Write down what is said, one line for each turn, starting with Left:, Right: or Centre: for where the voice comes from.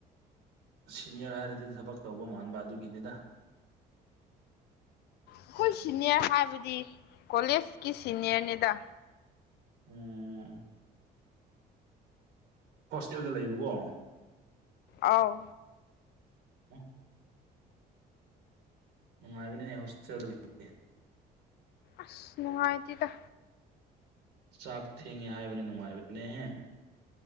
Right: ꯁꯤꯅꯤꯌꯔ ꯍꯥꯏꯔꯗꯤ ꯊꯕꯛ ꯇꯧꯕ ꯃꯥꯟꯕ ꯑꯗꯨꯒꯤꯅꯤꯅ
Left: ꯑꯩꯈꯣꯏ ꯁꯤꯅꯤꯌꯔ ꯍꯥꯏꯕꯗꯤ ꯀꯣꯂꯦꯖꯀꯤ ꯁꯤꯅꯤꯌꯔꯅꯤꯗ
Right: ꯎꯝ ꯍꯣꯁꯇꯦꯜꯗ ꯂꯩꯕꯀꯣ
Left: ꯑꯥꯎ
Right: ꯑ ꯅꯨꯡꯉꯥꯏꯕꯅꯤꯅꯦ ꯍꯣꯁꯇꯦꯜꯗ ꯂꯩ
Left: ꯑꯁ ꯅꯨꯡꯉꯥꯏꯇꯦꯗ
Right: ꯆꯥꯛ ꯊꯦꯡꯉꯦ ꯍꯥꯏꯕꯅꯦ ꯅꯨꯡꯉꯥꯏꯕꯅꯦꯍꯦ